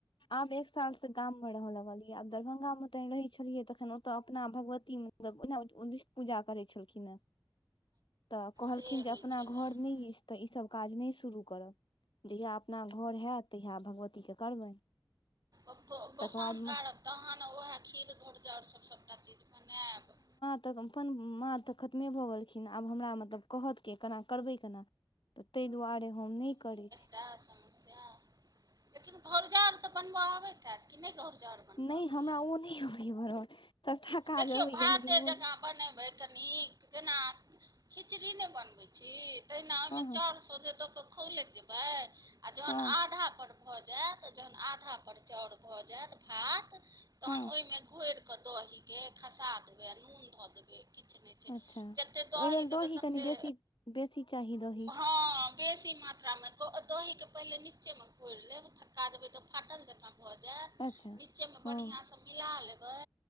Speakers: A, on the left; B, on the right.
A: आब एक एक साल से गाम मे रहऽ लगलियै आब दरभंगा मे तहैन रहै छलियै तखैन ओतऽ अपना भगवती मे मतलब ओहिना उदिष्ट पूजा करै छलखिन हें। तऽ कहलखिन
B: से होइ
A: जे अपना
B: छलए
A: घर नय अइछ तऽ ई सब काज नै शुरू करब जहिया अपना घर हेएत तहिया भगवती के करबनि।
B: ओतऽ गोसाउन
A: तकर बाद
B: गाड़ब तहन उहेए खीर- घोरजाउर सब सबटा चीज बनेएब।
A: त अपन मां त खतमे भऽ गेलखिन आब हमरा मतलब कहत के? केना करबै केना? त तै दुवारे हम नै करै छी।
B: <inaudible> सेएह लेकिन घोरजाउर तऽ बनबऽ आबैत हैत कि नै घोरजाउर बनबय
A: नै
B: अबैए
A: हमरा ओ नै अबैए बनबल सभटा काज
B: देखियौ
A: अबैए
B: भाते
A: लेकिन ओ
B: जकाँ
A: नै
B: बनेबै कनीक जेना खिचड़ी नै बनबै छी तहिना ओय
A: हँ
B: मे
A: हँ
B: चाउर सोझे द क खौलैत जेबै आ जहन
A: हँ।
B: आधा पर भऽ जायत जहन आधा पर चाउर भऽ जायत भात तहन
A: हँ
B: ओय मे घोरि केऽ दही के खसा देबै आ नून धऽ देबै किछ नै
A: अच्छा
B: जते
A: तऽ
B: दही
A: ओहि लेल
B: देबै तते
A: कनि बेसी बेसी चाही दही
B: हॅं। बेसी मात्रा मे द - दही के पहिले नीच्चे मे घोइर लेब थक्का देबै तऽ फाट जकाँ भऽ जायत
A: अच्छा
B: नीच्चे मे
A: हँ
B: बढ़ियां सँ मिला लेबै